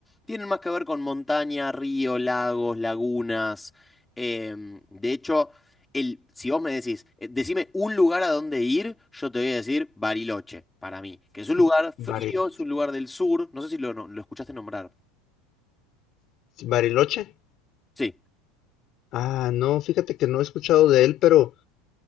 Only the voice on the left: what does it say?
Mm,
Baril-
Bariloche.
Ah, no, fíjate que no he escuchado de él, pero...